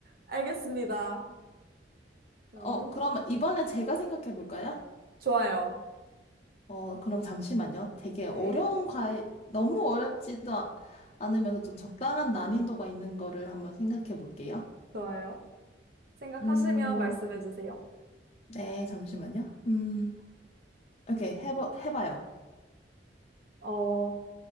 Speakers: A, on the right (about 55°); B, on the left (about 35°).
A: <laughs> 알겠습니다. 그러면
B: 어, 그러면 이번에 제가 생각해 볼까요?
A: 좋아요.
B: 어, 그럼 잠시만요. 되게 어려운
A: 네,
B: 과일, 너무 어렵지도 아- 않으면서 좀 적당한 난이도가 있는 거를 한번 생각해 볼게요.
A: 좋아요. 생각하시면
B: 음,
A: 말씀해 주세요.
B: 네, 잠시만요. 음, 오케이, 해봐, 해봐요.
A: 어,